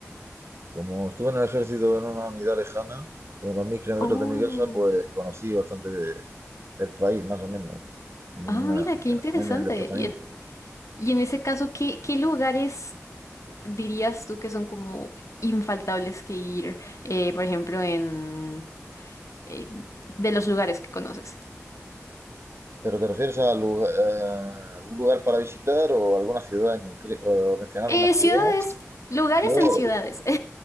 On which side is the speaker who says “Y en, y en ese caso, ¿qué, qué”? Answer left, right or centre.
Left